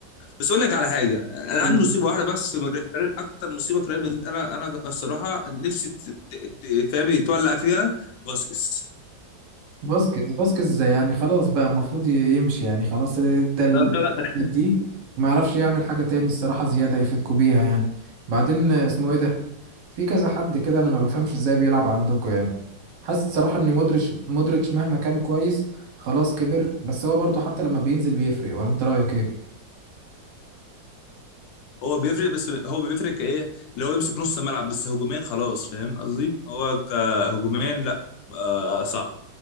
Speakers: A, on the left; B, on the right.
A: بس اقول لك على حاجه انا
B: قوي
A: عندي مصيبه واحده بس من ريال- ريال- اكتر مصيبه في ريال مدريد انا انا الصراحه نفسي ت- ت- ت- فاهم تولع فيها فاسكيز
B: فاسكيز فاسكيز يعني خلاص بقى المفروض ي- يمشي يعني خلاص ادى ال-
A: لا لا لا،
B: دي وما يعرفش يعمل حاجة تاني الصراحة زيادة يفيدكوا بيها يعني بعدين اسمه ايه ده في كذا حد كده انا ما بفهمش ازاي بيلعب عندكوا يعني حاسس الصراحة ان مودريتش مودريتش مهما كان كويس خلاص كبر بس هو برضو حتى لما بينزل بيفرق ولا انت رأيك ايه
A: هو بيفرق بس هو بيفرق كايه اللي هو يمسك نص الملعب بس هجوميا خلاص فاهم قصدي هو كهجوميا لا آه صعب